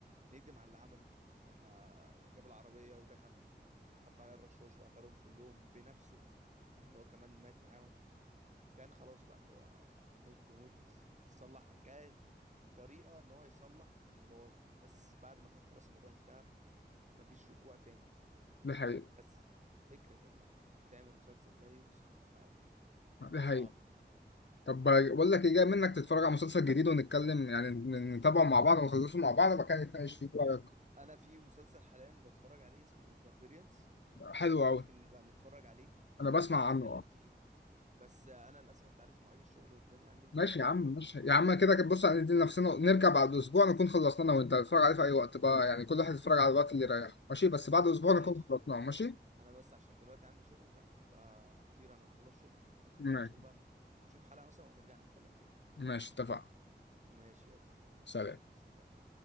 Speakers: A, on the right; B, on the left.
A: نكدب على اللي عمله لما جاب العربية ودخل حط عليها الرشاش وقتلهم كلهم بنفسه يعني هو كمان مات معاهم كان خلاص بقى اللي هو موت بموت تصلح كطريقة ان هو يصلح اللي بوظه بس بعد ما كان خلاص الموضوع انتهى مفيش رجوع تاني
B: دي حقيقة
A: بس فكرة انك تعمل مسلسل زيه صعبة قوي
B: دي
A: صعبة
B: حقيقة طب بقول لك ايه جاي منك تتفرج على مسلسل جديد ونتكلم يعني ن- نتابعه مع بعض ونخلصه مع بعض وبعد كده نتناقش فيه إيه رأيك
A: انا في مسلسل حاليا بتفرج عليه اسمه باربيريانز
B: حلو قوي
A: ممكن نبقى نتفرج عليه
B: انا بسمع
A: ونتكلم
B: عنه اه
A: فيه بس انا للاسف انت عارف مواعيد الشغل والدنيا عندي مش
B: ماشي
A: احسن
B: يا
A: حاجه
B: عم ماشي يا عم كده كده بص هندي نفسنا نرجع بعد اسبوع نكون خلصنا انا وانت نتفرج عليه في اي وقت بقى يعني كل واحد يتفرج على الوقت اللي يريحه ماشي بس بعد اسبوع
A: ماشي
B: نكون خلصناه ماشي
A: انا بس عشان دلوقتي عندي شغل فاهم فهطير انا اخلص شغلي ممكن
B: ماشي
A: بعد الشغل بقى نشوف حلقه مثلا ونرجع نتكلم فيها
B: ماشي اتفقنا
A: ماشي يا ابو
B: سلام
A: يلا سلام